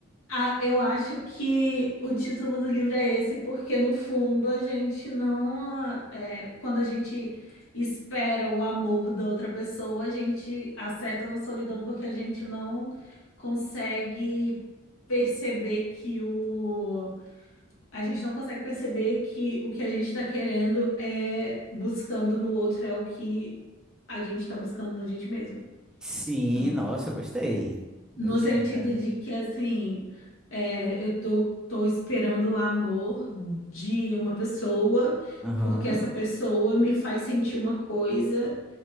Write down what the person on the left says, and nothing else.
a- eu acho que o título do livro é esse, porque no fundo a gente não, é, quando a gente espera o amor da outra pessoa, a gente acerta na solidão porque a gente não consegue perceber que o A gente não consegue perceber que o que a gente está querendo é buscando no outro é o que a gente está buscando na gente mesma,
entendeu?
No
sentido
de que, assim, é, eu tô, tô esperando o amor de uma pessoa,
porque essa pessoa me faz sentir uma coisa,